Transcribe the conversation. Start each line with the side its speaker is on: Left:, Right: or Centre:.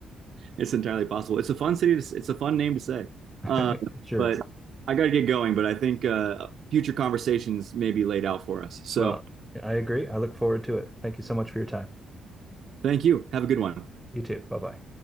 Right: It's entirely possible. It's a fun city to, it's a fun name to say.
Centre: <laughs>
Right: Uh,
Centre: It sure
Right: but
Centre: is.
Right: I got to get going, but I think uh, future conversations may be laid out for us. So
Centre: Well, I agree. I look forward to it. Thank you so much for your time.
Right: thank you. Have a good one.
Centre: You too. Bye bye.